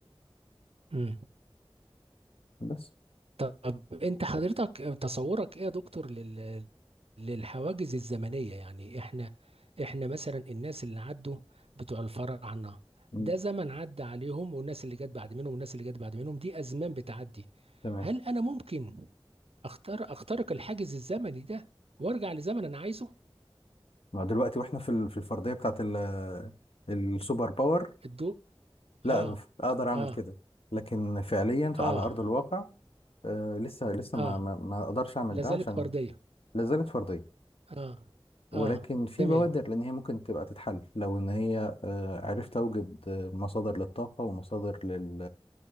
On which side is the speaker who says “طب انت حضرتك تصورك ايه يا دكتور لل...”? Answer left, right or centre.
Right